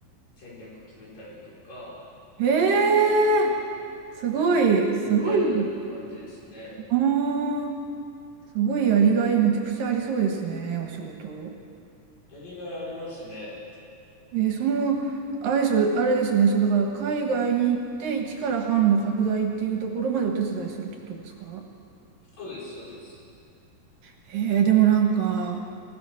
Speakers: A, on the left; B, on the right.
A: 戦略決めたりとか、
B: ー、へえー、すごい、すごい、
A: みたいな感じですね。
B: あーすごいやりがいめちゃくちゃありそうですね、お仕事。
A: やりがいありますね。
B: えーその、あれ、そうあれですよね、そう、だから海外に行って、一から販路拡大っていうところまでお手伝いするってことですか
A: そうです、そうです。
B: へえー、でもなんか、